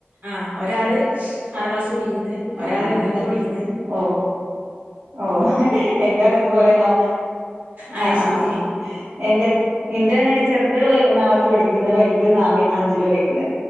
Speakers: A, on the right; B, on the right.
A: ആഹ ഒരാള് ആറാം ക്ലാസ് പഠിക്കന്ന് ഒരാള്
B: ആഹ്
A: രണ്ടാം ക്ലാസ്സ് പഠിക്കന്ന്
B: ഓ ഓ എന്റെക്കെ ഇതുപോലെ നോ
A: അത്
B: ആ ആ
A: ശരി
B: ആ എന്റെ എൻ്റെ അങ്ങനെ ചെറുത് ഒന്നാം ക്ലാസ് പഠിക്കുന്ന് വലത് നാല് അഞ്ചില് പഠിക്കുന്ന്